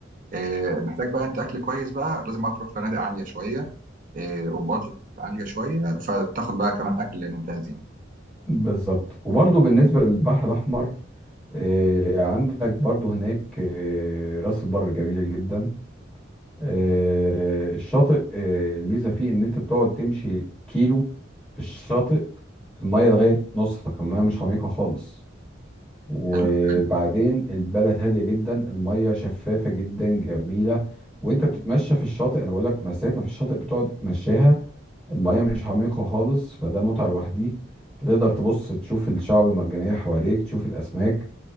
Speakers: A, on the right (about 45°); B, in the centre.
A: آه، محتاج بقى انت اكل كويس بقى لازم بقى تروح فنادق عالية شوية آه، وبادجت عالية شوية فتاخد بقى كمان اكل ممتاز يعني
B: بالظبط وبرضه بالنسبة للبحر الأحمر آه، عندك برضه هناك آه، راس البر جميلة جدا آه، الشاطئ آه، الميزة فيه إن أنت بتقعد تمشي كيلو في الشاطئ المية لغاية نصك المية مش عميقة خالص وبعدين
A: حلو
B: البلد هاديه جدا الميه شفافه جدا جميله وانت بتتمشى في الشاطئ انا بقول لك مسافه في الشاطئ بتقعد تمشيها الميه مش عميقه خالص فده متعه لوحديه بتقدر تبص تشوف الشعب المرجانيه حواليك تشوف الاسماك